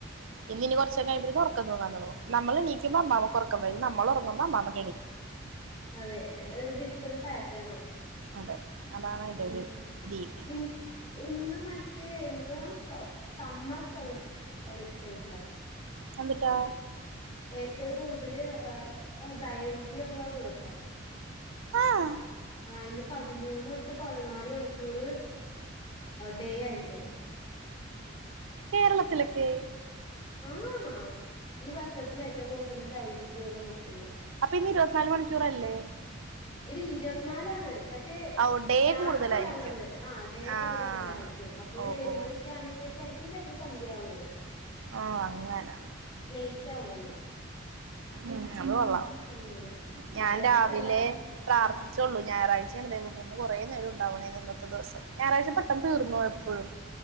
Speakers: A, on the right; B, on the left.
A: ഇന്ന്നി കൊറച്ചൊക്കെ കഴിയുമ്പോഴത് ഉറക്കം തൂങ്ങാൻതൊടങ്ങും നമ്മള് നീക്കുമ്പ മ്മാമക്ക് ഒർക്കം വരു നമ്മള് ഉറങ്ങുമ്പ മ്മാ മ
B: അതെ ഒരു ഡിഫറന്റ് പാറ്റേണാ
A: അതെ അതാണ് അതിൻന്റെറെ
B: ഉം
A: ഒരു രീതി
B: ഇ ഇന്ന് മറ്റേ എന്തവാ സ സമ്മർ സളി സൊളിസ്റ്റേസാ
A: അതെന്തൂട്ടാ
B: ഏറ്റവും കൂടുതൽ ദൈർഘ്യമുള്ള ദിവസം
A: ആഹ്
B: ആഹ് ഇന്ന് പതിമൂന്ന് തൊട്ട് പതിനാല് മണിക്കൂർ ഡേ ആയിരിക്കും
A: കേരളത്തിലൊക്കെ
B: ആഹ് ഈ വർഷത്തില ഏറ്റവും കൂടുതൽ ദൈർഗ്യം ഉള്ള ദിവസന്ന
A: അപ്പൊ ഇന്ന് ഇരുപത്തിനാല് മണിക്കൂറല്ലേ
B: എടി ഇരുപത്തിനാല ആണ് പക്ഷെ
A: ഓ ഡേ
B: രാത്രിയാവണത്
A: കൂടുതലായിരിക്കും
B: ആഹ് ഡേ
A: ആഹ്
B: കൂടുതലായിരിക്കും അപ്പൊ ഒരു
A: ഓ
B: ഏഴുമണിയൊക്കെ
A: ഓ
B: ആകുമ്പൾ ഇക്ക ആയിരിക്കും ചിലപ്പോ സന്ധ്യയാണത്
A: ഓഹ് അങ്ങനെ
B: ലേറ്റ് ആവുന്നു
A: ഉം അത് കൊള്ളാം
B: അങ്ങനെ
A: ഞാൻ
B: അത് എടക്കല്ല
A: രാവിലെ പ്രാർ
B: ആഹ്
A: ച്ചോള്ളു ഞായറാഴ്ചയാണ് ദേവിന്ന്റേ നേം ഉണ്ടാവണേ ഇന്നത്തെ ദിവസം ഞായറാഴ് പട്ട തീർന്നു എപ്പോഴും